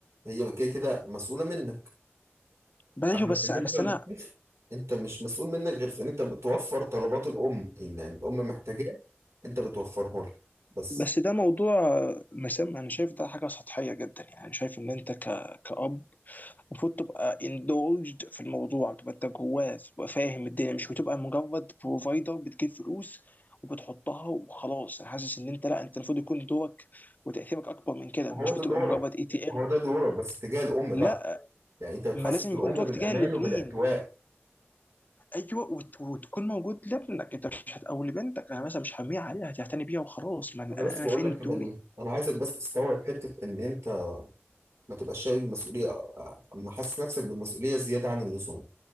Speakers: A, on the right; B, on the left.
A: هي كده كده مسؤولة منك
B: بلاش
A: أما
B: بس
A: بالنسبة
B: بس
A: للبنت،
B: انا
A: انت مش مسؤول منك غير في ان انت بتوفر طلبات الأم يعني الأم محتاجاه انت بتوفره لها بس
B: بس ده موضوع مسام انا شايف ده حاجه سطحيه جدا يعني انا شايف ان انت ك... كأب المفروض تبقى indulged في الموضوع تبقى انت جواه تبقى فاهم الدنيا مش بتبقى مجرد بروفايدر بتجيب فلوس وبتحطها وخلاص انا حاسس ان انت لا انت المفروض يكون دورك وتاثيرك اكبر من كده
A: وهو
B: مش
A: ده
B: بتبقى
A: دورك
B: مجرد اي تي ام
A: هو ده دورك بس تجاه الأم
B: لا
A: بقى يعني انت بتحسس
B: ما لازم
A: الأم
B: يكون دورك
A: بالأمان
B: تجاه الاثنين
A: وبالاحتواء
B: ايوه وت... وتكون موجود لابنك انت مش هت... او لبنتك انا مثلا مش هرميها عليها هتعتني بيها وخلاص ما انا
A: انا بس
B: أنا
A: بقول
B: فين
A: لك كده
B: دوري
A: ليه انا عايزك بس تستوعب حته ان انت ما تبقاش شايل المسؤوليه ما حاسس نفسك بالمسؤوليه زياده عن اللزوم